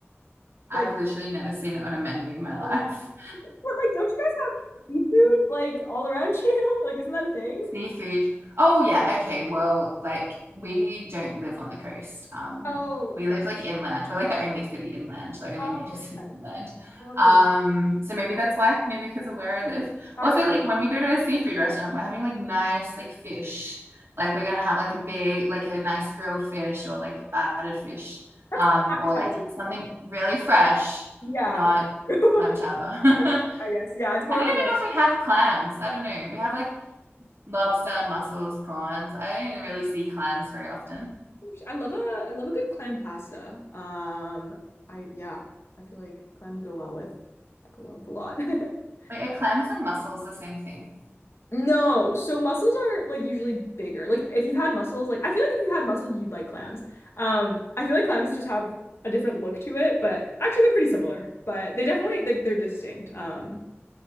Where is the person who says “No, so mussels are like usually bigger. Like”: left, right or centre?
Left